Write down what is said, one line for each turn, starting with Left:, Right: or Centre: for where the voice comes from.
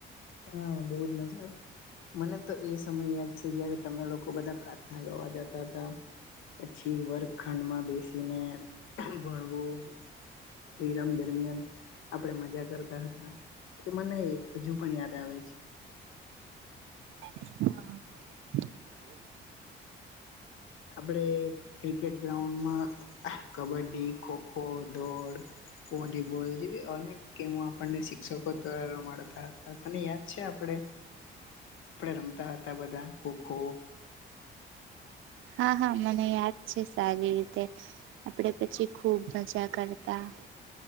Left: હા બહુ જ મજા આવતી મને તો એ સમય યાદ છે જયારે તમે લોકો બધા પ્રાર્થના કરવા જતા હતા પછી વર્ગ ખંડમાં બેસીને ભણવું વિરામ દરમિયાન આપડે મજા કરતા હતા એ મને હજુ પણ યાદ આવે છે.
Right: હા
Left: આપડે ક્રિકેટ ગ્રાઉન્ડમાં કબડ્ડી, ખોખો, દોડ વોલીબોલ જેવી અનેક ગેમો આપણને શિક્ષકો દ્વારા રમાડતા હતા તને યાદ છે આપણે
Right: <inaudible>
Left: આપડે રમતા હતા બધા ખોખો
Right: હા હા મને યાદ છે સારી રીતે આપડે પછી ખુબ મજા કરતા